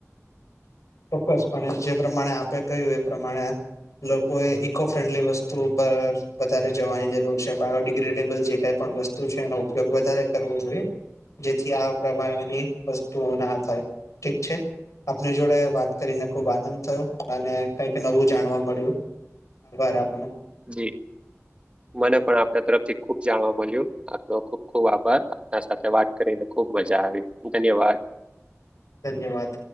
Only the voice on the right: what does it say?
જી મને પણ આપણા તરફથી ખુબ જાણવા મળ્યું. આપનો ખુબ ખુબ આભાર આપના સાથે વાત કરીને ખુબ મજા આવી ધન્યવાદ